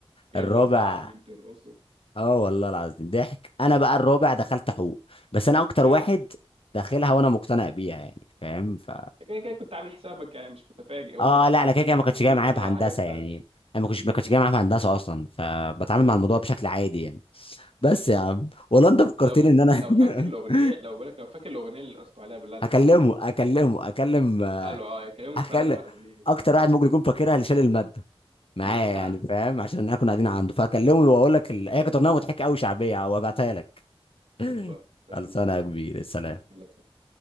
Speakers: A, on the right; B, on the left.
A: جايب
B: الرابع
A: له اربعه مين ترقصه
B: اه والله العظيم ضحك انا بقى الرابع دخلت حقوق بس انا اكتر
A: جامد
B: واحد داخلها وانا مقتنع بيها يعني فاهم ف
A: انت كده كده كنت عامل حسابك يعني مش متفاجئ هما
B: اه
A: الاتنين
B: لا
A: تاني
B: انا
A: كانوا
B: كده كده ما كنتش
A: حاطين
B: جاي معايا
A: خطط
B: بهندسة
A: على حاجات
B: يعني
A: تانية
B: انا ما كنتش ما كنتش جاي معايا بهندسة اصلا فبتعامل
A: جامد
B: مع الموضوع
A: والله
B: بشكل عادي يعني بس يا عم والله انت فكرتني
A: لو
B: ان انا
A: لو فاكر الاغنيه
B: <laughs>
A: لو بقولك لو فاكر الاغنيه اللي قصته عليها بالله عليك
B: هكلمه
A: ابعتها لي
B: اكلمه اكلم
A: قالوا اه كلمهم اسالهم
B: اكلم
A: على الاغنيه دي
B: اكتر
A: كانت ايه
B: واحد ممكن يكون فاكرها اللي شال المادة معايا
A: <laughs>
B: يعني فاهم عشان احنا كنا قاعدين عنده فاكلمه واقول لك ال... هي كانت اغنيه مضحكه قوي شعبيه وابعتها لك <laughs>
A: خلصان مستنيك
B: خلصانه يا كبير السلام
A: يلا سلام.